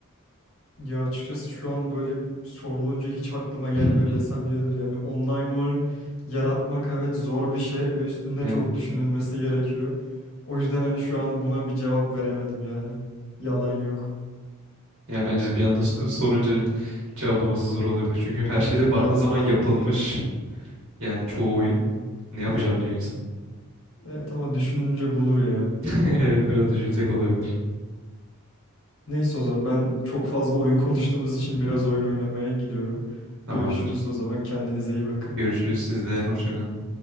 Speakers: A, on the left (about 65°); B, on the right (about 60°).
A: Ya açıkçası şu an böyle sorulunca hiç aklıma gelme
B: <laughs>
A: desem yeridir. Yani online oyun yaratmak evet zor bir şey ve üstünde
B: Evet.
A: çok düşünülmesi gerekiyor. O yüzden hani şu an buna bir cevap veremedim yani. Yalan yok.
B: Yani bence de bir anda <laughs> sorunca cevaplaması zor olabilir. Çünkü her
A: Evet
B: şeyde baktığın
A: bir anda
B: zaman yapılmış
A: dondurttu.
B: yani çoğu oyun. Ne yapacağım diyor insan.
A: Evet ama düşününce bulur ya.
B: <laughs> Evet biraz düşünsek olabilir.
A: Neyse o zaman ben çok fazla oyun konuştuğumuz için
B: <laughs>
A: biraz oyun oynamaya gidiyorum.
B: Tamamdır.
A: Görüşürüz o zaman kendinize iyi bakın.
B: Görüşürüz sizde. hoşçakalın.